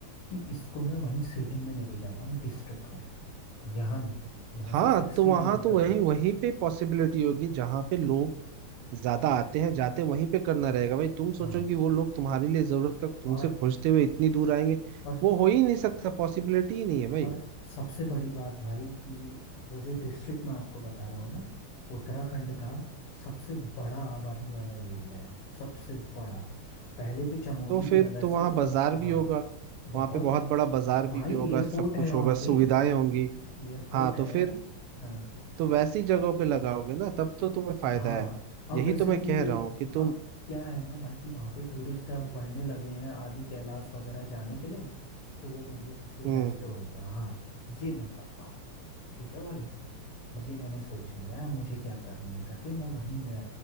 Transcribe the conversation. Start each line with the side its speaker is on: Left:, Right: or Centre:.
Left: कि इसको मैं वहीं सिटी में लेके जाता हूँ डिस्ट्रिक्ट में यहाँ नहीं यहाँ
Right: हाँ
Left: से सिक्सटी
Right: तो वहां
Left: किलोमीटर
Right: तो वही
Left: दूर
Right: वहीं पे पॉसिबिलिटी होगी जहां पे लोग ज्यादा आते हैं जाते वहीं पे करना रहेगा भाई तुम सोचो
Left: हाँ
Right: कि वो लोग तुम्हारे लिए जरूरत का तुमसे
Left: और
Right: खोजते हुए इतनी दूर आएंगे
Left: और
Right: वो हो ही नहीं सकता पॉसिबिलिटी ही नहीं है भाई
Left: और सबसे बड़ी बात भाई कि वो जो डिस्ट्रिक्ट मैं आपको बता रहा हूँ ना उत्तराखंड का सबसे बड़ा आबादी वाला एरिया है सबसे बड़ा पहले पे चमोली
Right: तो फिर
Left: है वैसे
Right: तो वहाँ बाजार भी
Left: हाँ
Right: होगा
Left: बहुत
Right: वहाँ पे बहुत बड़ा बाजार भी
Left: भाई
Right: होगा
Left: एयरपोर्ट
Right: सब
Left: है
Right: कुछ
Left: वहाँ
Right: होगा सुविधाएं
Left: पे
Right: होंगी
Left: एयरपोर्ट
Right: हाँ
Left: है
Right: तो फिर
Left: हाँ
Right: तो वैसी जगहों पे लगाओगे ना तब तो तुम्हें फायदा
Left: हाँ
Right: है
Left: अब
Right: यही
Left: वैसे
Right: तो मैं
Left: कि
Right: कह रहा हूँ कि तुम
Left: अब क्या है ना भाई कि वहाँ पे टूरिस्ट अब बढ़ने लगे हैं आदि कैलाश वगैरह जाने के लिए तो वो मेरे लिए सबसे
Right: हम्म
Left: बेस्ट होगा हाँ ये मैं करता हूँ ठीक है भाई ये मैंने सोच लिया है अब मुझे क्या करना है करके मैं वहीं मैं